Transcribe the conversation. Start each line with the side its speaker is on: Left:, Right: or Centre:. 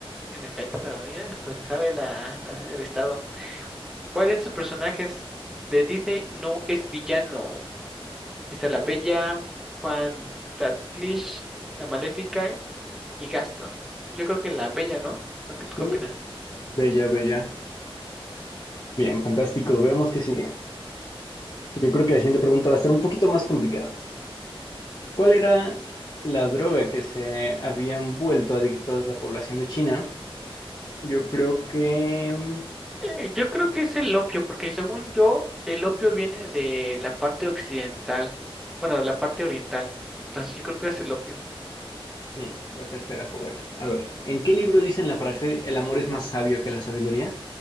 Centre: En efecto, mira, hasta se sabe la, la- el estado. ¿Cuál de estos personajes de Disney no es villano? Está la Bella, Juan Ratcliffe, la Maléfica y Gaston. Yo creo que la Bella, ¿no? ¿No? ¿Tú
Left: Sí,
Centre: qué opinas?
Left: Bella, bella. Bien, fantástico. Veamos qué sigue. Yo creo que la siguiente pregunta va a estar un poquito más complicada. ¿Cuál era la droga que se habían vuelto adictos la población de China? Yo creo que... mm,
Centre: Eh, Yo creo que es el opio, porque según yo, el opio viene de la parte occidental, bueno, de la parte oriental. Entonces yo creo que es el opio.
Left: Sí, la tercera fue buena. A ver, ¿en qué libro dicen la frase El amor es más sabio que la sabiduría?